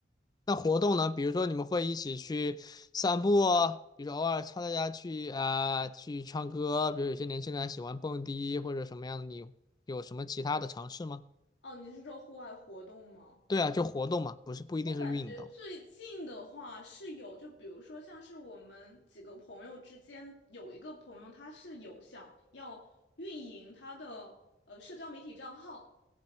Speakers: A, on the left; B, on the left.
A: 那活动呢？比如说你们会一起去散步啊，比如说偶尔插大家去啊、去唱歌，比如有些年轻人还喜欢蹦迪或者什么样的，你有什么其他的尝试吗？
B: 哦，你是说户外活动吗？
A: 对啊，就活动嘛，不是不一定是运动。
B: 我感觉最近的话是有，就比如说像是我们几个朋友之间有一个朋友，他是有想要运营他的呃社交媒体账号，